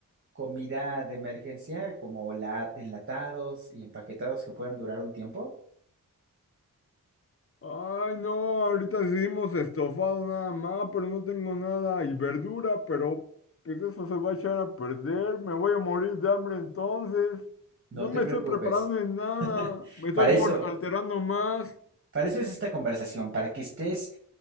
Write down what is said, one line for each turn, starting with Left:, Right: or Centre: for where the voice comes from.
Right: comida de emergencia, como la, enlatados y empaquetados que puedan durar un tiempo,
Left: Ay, no, ahorita hicimos estofado nada más, pero no tengo nada. Y verdura, pero pues eso se va a echar a perder. Me voy a morir de hambre entonces.
Right: no
Left: No me
Right: te preocupes.
Left: estoy preparando en nada.
Right: <laughs>
Left: Me estoy
Right: Para eso,
Left: por alterando más.
Right: para eso es esta conversación, para que estés